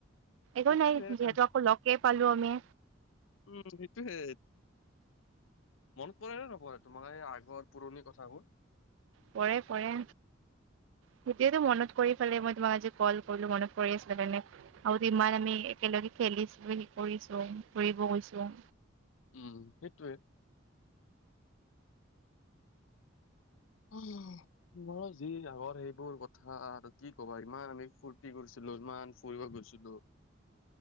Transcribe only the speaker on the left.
সেইটোয়ে
এটা
উম, সেইটোয়ে মনত পৰে নে নপৰে তোমাৰ এই আগৰ পুৰণি কথাবোৰ।
উম, সেইটোয়ে। এ ময় যি আগৰ সেইবোৰ কথা আৰু কি ক'বা ইমান আমি ফুৰ্তি কৰিছিলো ইমান ফুৰিব গৈছিলো।